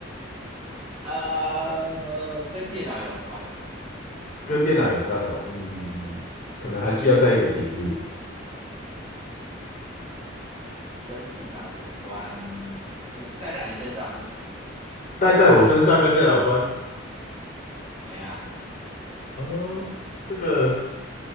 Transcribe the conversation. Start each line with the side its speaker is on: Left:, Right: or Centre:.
Right: 呃，跟电脑有关，
Left: 跟电脑有关的哦，嗯，可能还需要再一个提示。
Right: 跟电脑有关，是戴在你身上的，
Left: 戴在我身上跟电脑有关
Right: 哎呀，
Left: 哦，这个